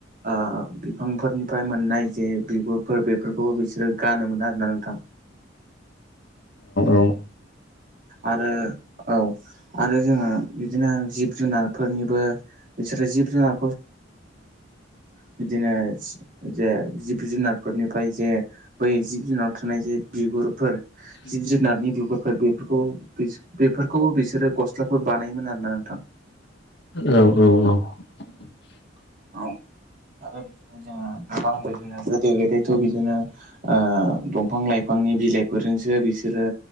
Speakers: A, on the right; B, on the left.
A: ओ बिफांफोरनिफ्राय मोननाय जे बिगुर फोर बेफोरखौबो बिसोरो गानोमोना आरोना नोंथां।
B: औ।
A: आरो औ आरो जोङो बिदिनो जिब जुनारफोरनिबो बिसोरो जिब जुनार बिदिनो जे जिब जुनारफोरनिफ्राय जे बै जिब जुनाराव थानाय जे बिगुरफोर
B: <inaudible>
A: जिब जुनारनि बिगुरफोर बेफोरखौ बेफोरखौ बिसोरो गस्लाफोर बानायोमोन आरोना नोंथां।
B: औ औ औ।
A: औ। आरो जोङो गोबां बिदिनो गोदो गोदायथ' बिदिनो ओ दंफां लाइफांनि बिलाइफोर जोंस‌ो बिसोरो